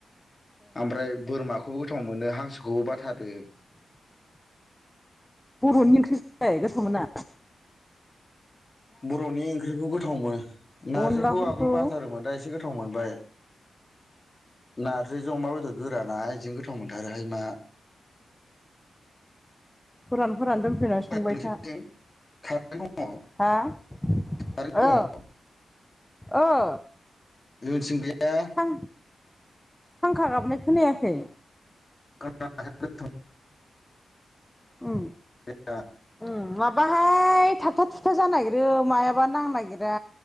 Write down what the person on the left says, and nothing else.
ओमफ्राय बोरमाखौबो गोथाव मोनो हांसोखौबो बाथारो
बर'नि ओंख्रिखौ गोथाव मोनो नारजिखौ
आगोल बाथारोमोन दा एसे गोथाव गोथाव मोनबाय नारजिजों अमा बेदर गोराना बिजों गोथाव मोनथारोहाय मा
नोंसोरनिथिं
कारेन्ट दङ
कारेन्ट दङ
दोन सिं गैया
<unintelligible>
बे <unintelligible>